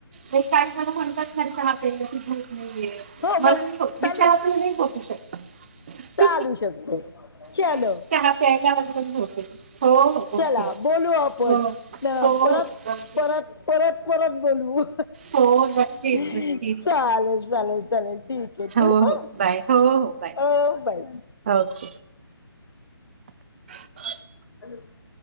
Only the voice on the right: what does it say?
ते काय जण म्हणतात ना चहा पिल की झोप नाही येत,
मला
नाही होतं
मी चहा आंता नाहीं बोलूं शकतं
मं चहा प्यायला होते हो हो
ओके ओके
हो हो
हो ओके
हो नक्कीच
नक्की
हो
हो बाय हो बाय
हो <inaudible> <unintelligible>